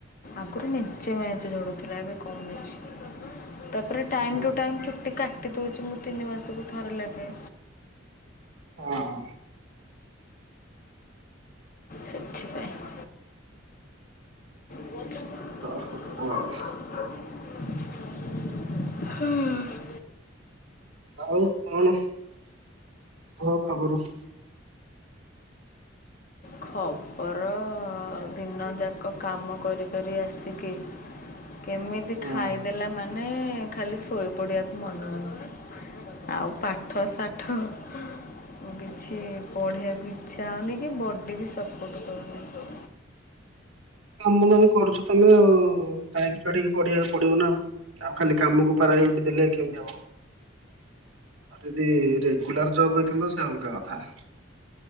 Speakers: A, on the left; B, on the right.
A: ଆଗରୁ ମେଞ୍ଚେ ମେଞ୍ଚେ ଝଡ଼ୁଥିଲା ଏବେ କମି ଯାଇଛି <unintelligible> ତାପରେ ଟାଇମ୍
B: ହୁଁ ହୁଁ
A: ଟୁ ଟାଇମ୍ ଚୁଟି କାଟି ଦୋଉଛି ମୁଁ ତିନି ମାସକୁ ଥରେ ଲାଖେ।
B: ହଁ।
A: ସେଥିପାଇଁ। ହାଁ।
B: ହଁ ହଉ ହଉ ଆଉ ଆଉ କଣ କୁହ ଖବର?
A: ଖବର ଆଉ ଦିନ ଯାକ କାମ କରି କରି ଆସିକି କେମିତି
B: ହଁ
A: ଖାଇଦେଲା ମାନେ ଖାଲି ଶୋଇ ପଡ଼ିବାକୁ ମନେ ହୋଉଛି ଆଉ ପାଠ ସାଠ ମୁଁ କିଛି ପଢ଼ିବାକୁ ଇଚ୍ଛା ହୋଉନି କି ବଡି ବି ସପୋର୍ଟ କରୁନି।
B: କାମ ଦାମ କରୁଛ ତମେ ଆଉ ଟାଇମ କାଢ଼ିକି ପଢ଼ିବାକୁ ପଡ଼ିବ ନା ଆଉ। ଆଉ ଖାଲି କାମକୁ ପ୍ରାୟୁରୁଟିଦେଲେ କେମିତି ହବ? ଆଉ ଯଦି ରେଗୁଲାର ଜବ ହେଇଥାନ୍ତା ସେ ଅଲଗା କଥା।